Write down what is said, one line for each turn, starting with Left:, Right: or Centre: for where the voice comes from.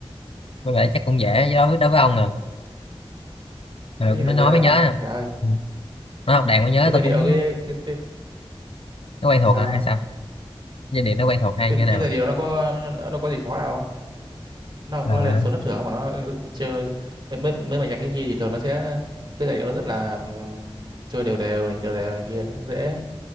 Left: mấy bài đấy chắc cũng dễ đối với đối với ông à ừ,
Right: tất nhiên
Left: nó
Right: là
Left: nói
Right: dễ rồi
Left: mới nhớ
Right: ông
Left: nè
Right: trời ơi
Left: Ừ, nó học đàn mới nhớ
Right: cái giai
Left: tôi cũng
Right: điệu cái, cái, cái
Left: nó quen thuộc
Right: sao
Left: à hay sao giai điệu nó quen thuộc hay
Right: cái,
Left: như
Right: cái
Left: thế nào
Right: giai điệu nó có nó, nó có gì khó đâu nó không
Left: Ờ,
Right: có lên số thất thường mà nó ừ, chơi mấy, mấy, mấy bài nhạc thiếu nhi thì thường nó sẽ cái giai điệu nó rất là ừm, chơi đều đều này đều đều này kia cũng dễ